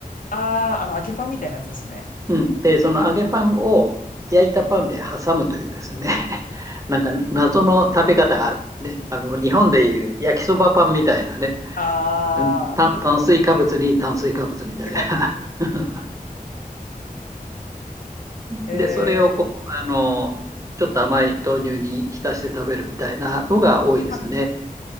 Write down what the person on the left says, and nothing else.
ああ、あの、揚げパンみたいなやつですね。
ああ、
ちょっと、やっぱり、添加物。
えー、
はい。